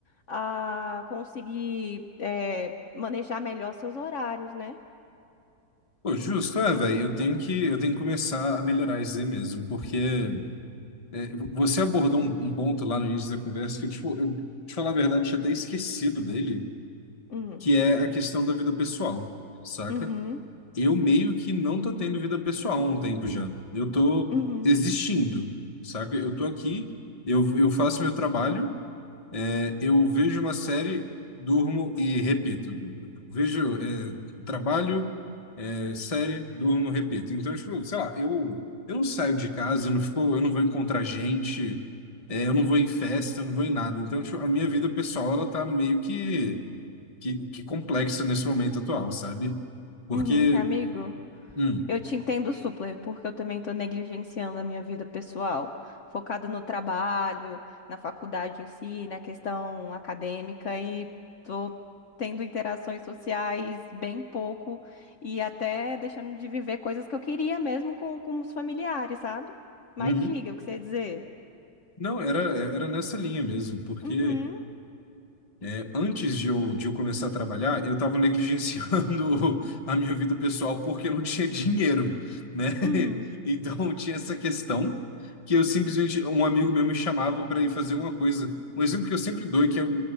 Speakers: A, on the left; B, on the left.
A: a conseguir eh, manejar melhor seus horários, né?
B: Pô, justo, é, velho, eu tenho que, eu tenho que começar a melhorar isso aí mesmo, porque É, Você abordou um, um ponto lá no início da conversa que eu, tipo, eu, te falar a verdade, tinha até esquecido dele,
A: Hum.
B: que é a questão da vida pessoal, saca?
A: Uhum,
B: Eu meio que não tô tendo vida pessoal há um tempo já. Eu tô
A: uhum,
B: existindo, saca? Eu tô aqui, eu, eu faço meu trabalho, é, eu vejo uma série, durmo e repito. Vejo, é, trabalho é, série, durmo, repito. Então, tipo, sei lá, eu, eu não saio de casa, eu não fico, eu não vou encontrar gente, é, eu não vou em festa, eu não vou em nada. Então, tipo, a minha vida pessoal, ela tá meio que, que, que complexa nesse momento atual, sabe? Porque,
A: uhum, Uhum. amigo.
B: hum,
A: Eu te entendo super, porque eu também estou negligenciando a minha vida pessoal, focada no trabalho, na faculdade em si, na questão acadêmica e estou tendo interações sociais bem pouco e até deixando de viver coisas que eu queria mesmo com, com os familiares, sabe? Mas
B: uhum.
A: diga o que você ia dizer.
B: Não, era, é, era nessa linha mesmo, porque
A: Uhum,
B: É, antes de eu, de eu começar a trabalhar, eu estava negligenciando <laughs> a minha vida pessoal porque não tinha dinheiro, né?
A: uhum,
B: <laughs> Então tinha essa questão que eu simplesmente, um amigo meu me chamava para ir fazer alguma coisa. Um exemplo que eu sempre dou, e que é